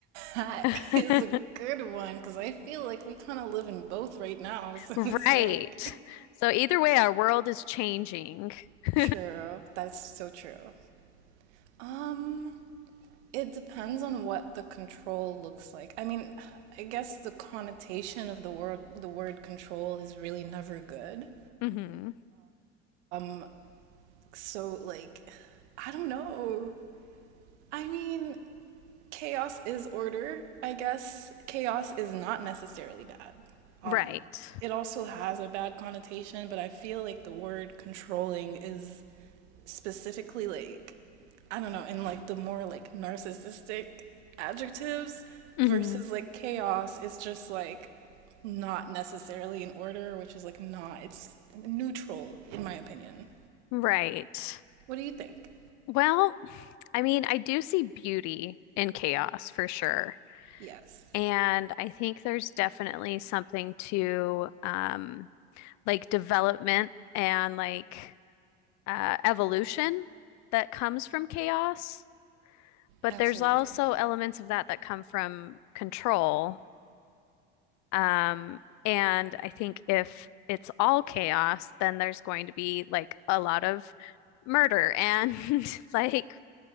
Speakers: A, on the right; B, on the left.
A: That
B: <laughs>
A: is a good one because I feel like we kind of live in both right now. <laughs> So
B: Right.
A: it's like,
B: So either way, our world is changing.
A: <laughs>
B: <laughs>
A: true. That's so true. Um, it depends on what the control looks like. I mean, I guess the connotation of the word the word control is really never good.
B: hmm
A: Um, so like, I don't know. I mean, chaos is order, I guess. Chaos is not necessarily bad. Um,
B: Right.
A: it also has a bad connotation, but I feel like the word controlling is specifically like, I don't know, in like the more like narcissistic adjectives
B: hmm
A: versus like chaos is just like not necessarily in order, which is like not, it's neutral in my opinion.
B: Right.
A: What do you think?
B: Well, I mean, I do see beauty in chaos for sure.
A: Yes,
B: And I think there's definitely something to um, like development and like uh, evolution that comes from chaos. But
A: absolutely.
B: there's also elements of that that come from control. Um, and I think if it's all chaos, then there's going to be like a lot of murder and <laughs> like